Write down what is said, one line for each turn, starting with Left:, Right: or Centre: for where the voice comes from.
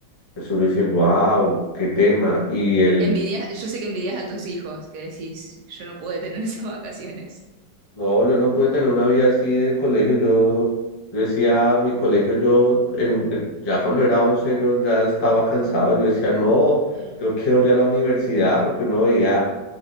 Left: pues uno dice, wow, qué tema. Y el,
Right: Envidias, yo sé que envidias a tus hijos, que decís, yo no pude tener <laughs> esas vacaciones.
Left: No, yo no pude tener una vida así de colegio. Yo, yo decía, mi colegio, yo, en, en- ya cuando era 11 yo ya estaba cansado. Yo decía, no,
Right: Claro.
Left: yo quiero ya la universidad porque uno veía